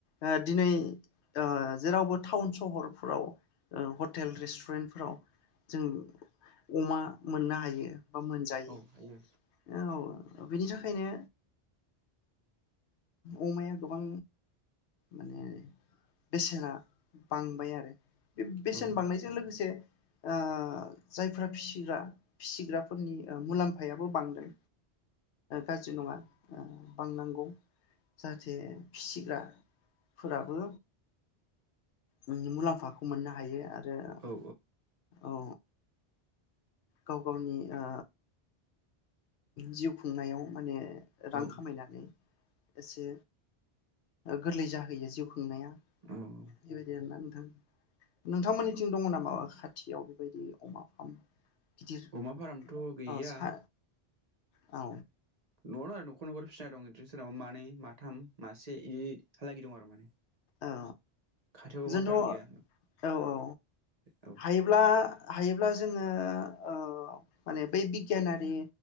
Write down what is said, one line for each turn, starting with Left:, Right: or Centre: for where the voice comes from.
Left: ओ दिनै ओ जेरावबो टाउन सहरफ्राव ओ हटेल रेस्टुरेन्टफोराव जों अमा मोननो हायो बा मोनजायो
Right: औ हायो
Left: औ ओ बिनि थाखायनो अमाया गोबां माने बेसेना बांबाय आरो बे बेसेन
Right: औ
Left: बांनायजों लोगोसे ओ जायफोरा फिसिग्रा फिसिग्राफोरनि मुलामफायाबो बांदों गाज्रि नङा ओ बांनांगौ जाहाथे फिसिग्राफोराबो मु-मुलाम्फाखौ मोननो हायो आरो जे आरो
Right: औ
Left: औ गाव गावनि ओ जिउ खुंनायाव माने
Right: औ
Left: रां खामायनानै एसे गोरलै जाहैयो खुंनाया
Right: औ
Left: बेबायदि आरोना नोंथांमोननिथिं दङ नामा खाथियाव बेबायदि अमा फार्म गिदिर
Right: अमा फारामथ गैया
Left: औ सा औ
Right: नआवनो आरो नखर नखर फिसिनाय दङो सोरनाबा मानै माथाम मासे इ बिहालागि दं आरो माने
Left: औ
Right: खाथियावबो अमा
Left: जोंथ'
Right: फार्म
Left: औ
Right: गैया
Left: औ
Right: औ
Left: हायोब्ला हायोब्ला जोङो ओ माने बै बिगियानारि